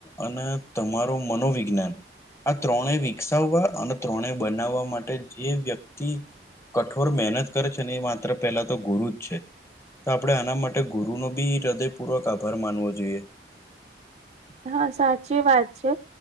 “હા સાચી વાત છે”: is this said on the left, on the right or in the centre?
Right